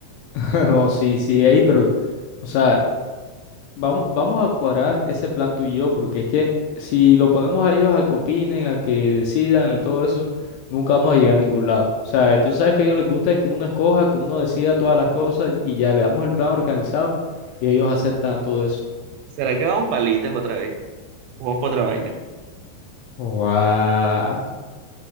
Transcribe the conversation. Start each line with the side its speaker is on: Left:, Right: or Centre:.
Left: <laughs> O sí, sí, ey, pero, o sea, vamos, vamos a cuadrar ese plan tú y yo, porque es que si lo ponemos a ellos a que opinen, a que decidan y todo eso, nunca vamos a llegar a ningún lado. O sea, tú sabes que a ellos les gusta es que uno escoja, que uno decida todas las cosas y ya le damos el plan organizado y ellos aceptan a todo eso.
Right: ¿Será que vamos palitas otra vez? Vamos para otra vaina.
Left: Oh, guau